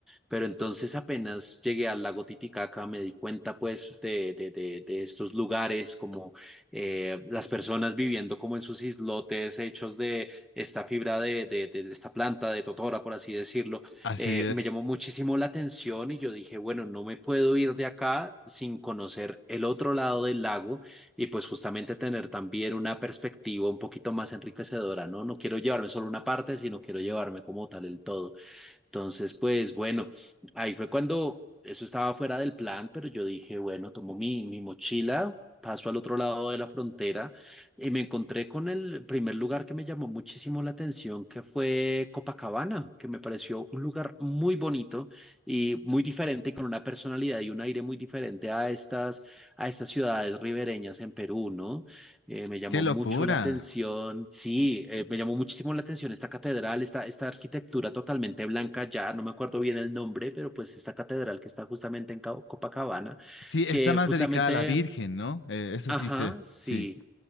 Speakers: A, in the centre; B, on the left.
A: Pero entonces apenas llegué al lago Titicaca, me di cuenta pues de, de, de, de estos lugares, como eh, las personas viviendo como en sus islotes hechos de esta fibra de, de, de- de esta planta, de totora, por así decirlo.
B: Así
A: Eh,
B: es.
A: me llamó muchísimo la atención y yo dije, bueno, no me puedo ir de acá sin conocer el otro lado del lago y pues justamente tener también una perspectiva un poquito más enriquecedora, ¿no? No quiero llevarme solo una parte, sino quiero llevarme como tal el todo. Entonces, pues bueno, ahí fue cuando eso estaba fuera del plan, pero yo dije, bueno, tomo mi, mi mochila, paso al otro lado de la frontera y me encontré con el primer lugar que me llamó muchísimo la atención, que fue Copacabana, que me pareció un lugar muy bonito y muy diferente, y con una personalidad y un aire muy diferente a estas, a estas ciudades ribereñas en Perú, ¿no? Eh, me llamó
B: ¡Qué locura!
A: mucho la atención, sí, eh, me llamó muchísimo la atención esta catedral, esta, esta arquitectura totalmente blanca, ya no me acuerdo bien el nombre, pero pues esta catedral que está justamente en Ca- Copacabana,
B: Sí, está
A: que
B: más
A: justamente,
B: dedicada a la Virgen, ¿no? Eh, eso
A: ajá,
B: sí sé,
A: sí.
B: sí.